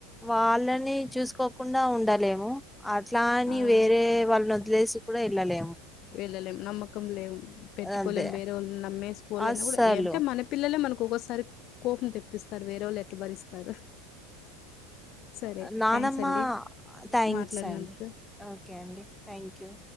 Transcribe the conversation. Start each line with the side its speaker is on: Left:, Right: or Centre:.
Centre: వాళ్ళని చూసుకోకుండా ఉండలేము అట్లా అని
Left: ఆ,
Centre: వేరే వాళ్ళని వదిలేసి కూడా ఎళ్ళలేము
Left: పిల్లలేం నమ్మకం లేం పెట్టుకోలేం
Centre: అదే
Left: వేరే వాళ్ళు నమ్మేసుకోవాలని
Centre: అస్సలు
Left: కూడా ఏంటే మన పిల్లలే మన ఇంకొక్కసారి కోపం తెప్పిస్తారు వేరే వాళ్ళు ఎట్లా భరిస్తారు సరే
Centre: నానమ్మ
Left: థ్యాంక్స్ అండి
Centre: థ్యాంక్స్
Left: మాట్లాడినందుకు
Centre: అండి ఓకే అండి థ్యాంక్ యూ